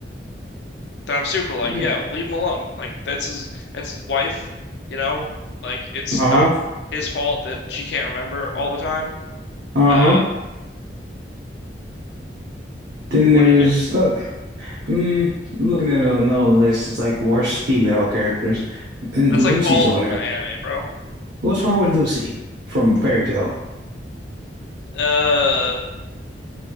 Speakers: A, on the left; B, on the right.
A: That I'm Super, like,
B: Yeah.
A: yeah, leave him alone. Like that's his that's his wife, you know? Like it's
B: Uh-huh.
A: not his fault that she can't remember all the time.
B: Uh-huh.
A: Uh,
B: Then
A: what
B: there's
A: do you do?
B: uh, mm, I'm looking at another list. It's like worst female characters, and
A: That's like
B: Lucy's
A: all
B: on
A: of them
B: there.
A: in anime, bro.
B: What's wrong with Lucy from Fairy Tale?
A: Uh,